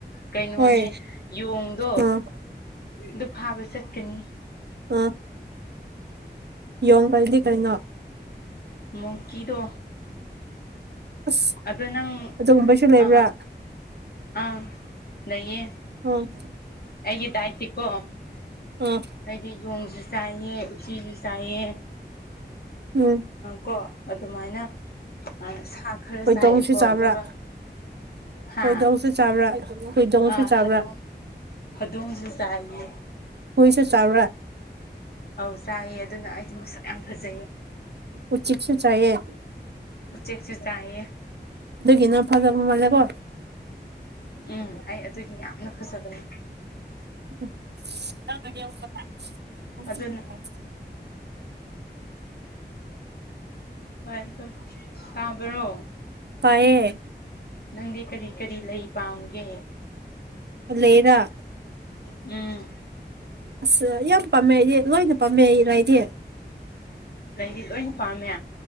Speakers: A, on the left; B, on the right.
A: ꯀꯩꯅꯣꯅꯦ
B: ꯍꯣꯏ
A: ꯌꯣꯡꯗꯣ
B: ꯎꯝ
A: ꯑꯗꯨ ꯐꯥꯕ ꯆꯠꯀꯅꯤ
B: <unintelligible> ꯌꯣꯡ ꯍꯥꯏꯗꯤ ꯀꯩꯅꯣ
A: ꯃꯣꯡꯀꯤꯗꯣ
B: ꯑꯁ
A: ꯑꯗꯣ ꯅꯪ
B: ꯑꯗꯨꯒꯨꯝꯕꯁꯨ ꯂꯩꯕ꯭ꯔꯥ
A: ꯑ ꯑꯥ ꯂꯩꯌꯦ
B: ꯑꯣ
A: ꯑꯩꯒꯤ ꯗꯥꯏꯠꯇꯤ ꯀꯣ
B: ꯎꯝ
A: ꯑꯩꯗꯤ ꯌꯣꯡꯁꯨ ꯆꯥꯏꯌꯦ ꯎꯆꯤꯁꯨ ꯆꯥꯏꯌꯦ
B: ꯎꯝ
A: ꯀꯣ ꯑꯗꯨꯃꯥꯏꯅ ꯑ ꯁꯥ ꯈꯔ
B: ꯍꯣꯏꯗꯣꯡꯁꯨ
A: ꯆꯥꯏꯌꯦꯀꯣ
B: ꯆꯥꯕ꯭ꯔꯥ
A: ꯑꯗꯨꯒ ꯍꯥ
B: ꯍꯣꯏꯗꯣꯡꯁꯨ ꯆꯥꯕ꯭ꯔꯥ <unintelligible>
A: ꯑꯥ
B: ꯆꯥꯕ꯭ꯔꯥ
A: ꯍꯧꯗꯣꯡ ꯍꯧꯗꯣꯡꯁꯨ ꯆꯥꯏꯌꯦ
B: ꯍꯨꯏꯁꯨ ꯆꯥꯕ꯭ꯔ
A: ꯑꯧ ꯆꯥꯏꯌꯦ ꯑꯗꯨꯅ ꯑꯩꯗꯨ ꯃꯁꯛ ꯌꯥꯝ ꯐꯖꯩꯌꯦ
B: ꯎꯆꯤꯛꯁꯨ ꯆꯥꯏꯌꯦ
A: ꯎꯆꯦꯛ ꯁꯨꯨ ꯆꯥꯏꯌꯦ
B: ꯑꯗꯨꯒꯤꯅ ꯐꯖꯕ ꯃꯥꯜꯂꯦꯀꯣ
A: ꯎꯝ ꯑꯩ ꯑꯗꯨꯒꯤ ꯌꯥꯝꯅ ꯐꯖꯕꯅꯤ
B: <unintelligible>
A: ꯑꯗꯨꯅ ꯍꯣꯏ ꯑꯗꯣ ꯇꯥꯕ꯭ꯔꯣ
B: ꯇꯥꯏꯌꯦ
A: ꯅꯪꯗꯤ ꯀꯔꯤ ꯀꯔꯤ ꯂꯩ ꯄꯥꯝꯒꯦ
B: ꯂꯩ ꯔ
A: ꯎꯝ
B: ꯑꯁ ꯌꯥꯝ ꯄꯥꯝꯃꯦ ꯑꯩꯗꯤ ꯂꯣꯏꯅ ꯄꯥꯝꯃꯦ ꯑꯩ ꯂꯩꯗꯤ
A: ꯂꯩꯗꯤ ꯂꯣꯏꯅ ꯄꯥꯝꯃꯦ